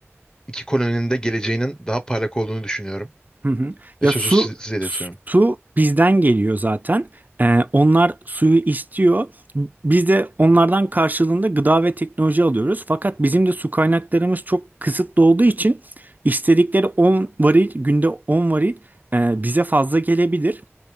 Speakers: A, on the left; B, on the right.
A: iki koloninin de geleceğinin daha parlak olduğunu düşünüyorum
B: Hı hı.
A: ve
B: Ya
A: sözü
B: su
A: siz- size iletiyorum.
B: su bizden geliyor zaten. Ee, onlar suyu istiyor. Biz de onlardan karşılığında gıda ve teknoloji alıyoruz. Fakat bizim de su kaynaklarımız çok kısıtlı olduğu için istedikleri 10 varil günde 10 varil e, bize fazla gelebilir.